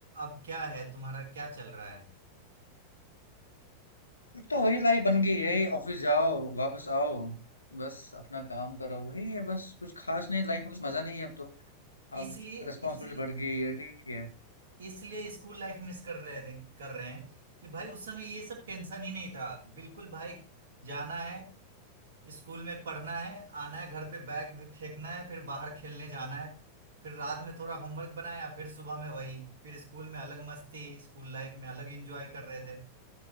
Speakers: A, on the right (about 60°); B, on the left (about 80°).
A: अब क्या है तुम्हारा क्या चल रहा है
B: अब तो वही लाइफ बन गई है ऑफिस जाओ वापस आओ बस अपना काम करो वही है बस कुछ खास नहीं लाइफ में कुछ मजा नहीं है अब तो अब
A: इसलिए
B: रिस्पॉन्सिबिलिटी
A: इसलिए
B: बढ़ गई है ठीक है
A: इसलिए स्कूल लाइफ मिस कर रहे थे कर रहे हैं कि भाई उस समय ये सब टेंशन ही नहीं था बिल्कुल भाई जाना है स्कूल में पढ़ना है आना है घर पे बैग भी फेंकना है फिर बाहर खेलने जाना है फिर रात में थोड़ा होमवर्क बनाया फिर सुबह में वही फिर स्कूल में अलग मस्ती स्कूल लाइफ में अलग एंजॉय कर रहे थे